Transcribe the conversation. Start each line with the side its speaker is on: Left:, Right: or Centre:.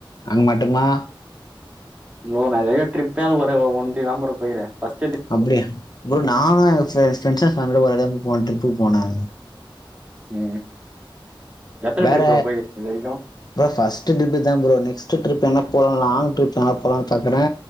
Left: அங்க மட்டுமா
Right: ப்ரோ ந இதுவரையு ட்டிரிப்பே அ ஒரு ஒன்னுத்துக்குதா ப்ரோ போய்க்கிற ஃபஸ்
Left: அப்டியா ப்ரோ நானு எங்க ப்ரெ ப்ரெண்ட்ஸ்ங்க ஃபேமிலியோட ஒரு டைம் போன டிரிப்புக்கு போன
Right: ம் எத்தன
Left: வேற,
Right: ட்ரிப் ப்ரோ போயிருக்கீங்க இது வரைக்கு
Left: ப்ரோ ஃபர்ஸ்ட் ட்ரிப் இதுதா ப்ரோ நெக்ஸ்ட் ட்ரிப் என்னா போலா லாங் ட்ரிப் எங்கலா போலான்னு பாக்குறே